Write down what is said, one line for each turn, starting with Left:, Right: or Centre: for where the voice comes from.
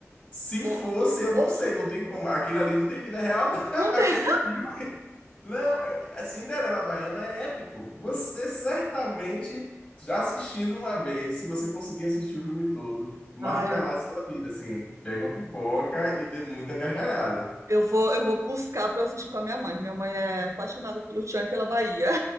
Left: Se
Right: Ou
Left: fosse, eu
Right: ou
Left: não sei, não tem como. Aquilo ali não tem vida real, não. <laughs>
Right: não tem.
Left: Aquele filme. Não, é- é Cinderela Baiana é épico. Você certamente, já assistindo uma vez, se você conseguir assistir o filme todo, marcará
Right: Ah, eu
Left: a sua vida, assim. Pega uma pipoca e dê muita gargalhada.
Right: eu vou eu vou buscar pra eu assistir com a minha mãe, minha mãe é apaixonada pelo Tchan e pela Bahia.